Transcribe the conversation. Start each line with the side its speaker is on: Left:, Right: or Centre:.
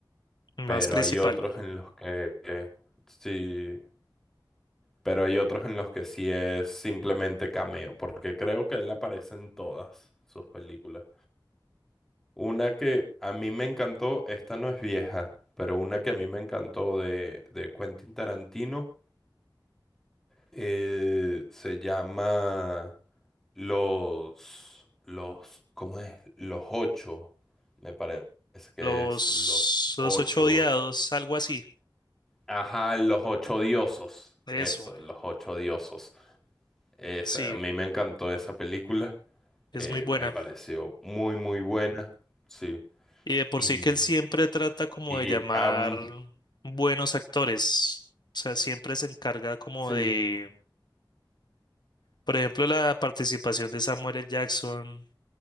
Left: más
Centre: pero
Left: principal.
Centre: hay otros en los que que sí, pero hay otros en los que sí es simplemente cameo, porque creo que él aparece en todas sus películas. Una que a mí me encantó, esta no es vieja, pero una que a mí me encantó de, de Quentin Tarantino. Eh, se llama los, los, ¿cómo es? Los ocho. Me parece que
Left: Los,
Centre: es los ocho.
Left: los ocho odiados, algo así,
Centre: Ajá, los ocho diosos.
Left: eso,
Centre: Eso, los ocho diosos. Esa,
Left: sí,
Centre: a mí me encantó esa película.
Left: es
Centre: Eh,
Left: muy buena.
Centre: me pareció muy, muy buena. Sí.
Left: Y de por
Centre: Y,
Left: sí que él siempre trata como
Centre: y
Left: de llamar
Centre: am-
Left: buenos actores. O sea, siempre se encarga como
Centre: sí,
Left: de, por ejemplo, la participación de Samuel L. Jackson,